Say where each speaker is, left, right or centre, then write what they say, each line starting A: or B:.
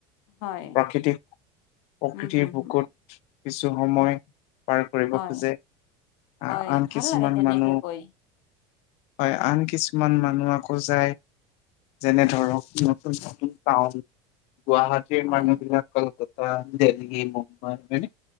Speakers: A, on the left; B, on the left.
A: হয়।
B: প্ৰাকৃতিক প্ৰকৃতিৰ
A: উম, হম,
B: বুকুত,
A: হম,
B: কিছু সময়
A: উম,
B: পাৰ কৰিব
A: হয়,
B: খোজে।
A: হয়,
B: আহ আন
A: ভাল
B: কিছুমান
A: লাগে তেনেকে
B: মানুহ
A: গৈ।
B: হয় আন কিছুমান মানুহ আকৌ যায় যেনে ধৰক নতুন নতুন টাউন গুৱাহাটীৰ
A: হয়,
B: মানু্হবিলাক কলকাতা, দিল্লী, মুম্বাই হয়নে?